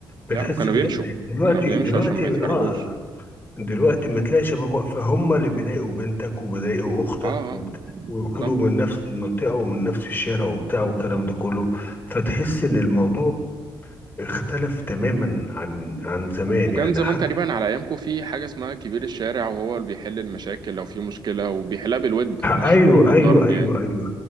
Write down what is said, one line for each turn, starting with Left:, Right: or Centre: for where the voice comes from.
Right: لا
Left: بتحس
Right: وكانوا
Left: بالامان
Right: بيمشوا
Left: دلوقتي
Right: كانوا بيمشوا
Left: دلوقتي
Right: عشان ما يتحرجوش
Left: اه دلوقتي ما تلاقي شباب واقفة هم اللي بيضايقوا بنتك وبيضايقوا أختك
Right: اه
Left: وبت-
Right: اه
Left: ويقولوا
Right: صح
Left: من نفس المنطقة ومن نفس الشارع وبتاع والكلام ده كله فتحس إن الموضوع اختلف تماما عن عن زمان
Right: وكان
Left: يعني
Right: زمان
Left: حتى
Right: تقريبا على أيامكم في حاجة اسمها كبير الشارع وهو اللي بيحل المشاكل لو في مشكلة وبيحلها بالود مش
Left: أيوه
Right: مش بالضرب
Left: أيوه أيوه
Right: يعني
Left: أيوه